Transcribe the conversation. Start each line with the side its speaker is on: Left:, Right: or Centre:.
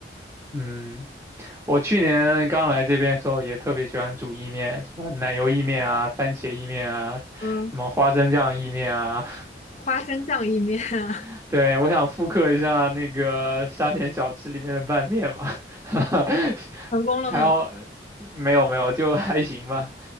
Right: 嗯，我去年刚来这边的时候也特别喜欢煮意面，什么奶油意面啊、番茄意面啊、
Left: 嗯，
Right: 什么花生酱意面啊。
Left: 花生酱意面啊
Right: <laughs> 对，我想复刻一下那个沙县小吃里面的拌面嘛，<laughs>
Left: <laughs> 成功了吗？
Right: 还好没有没有，就还行吧。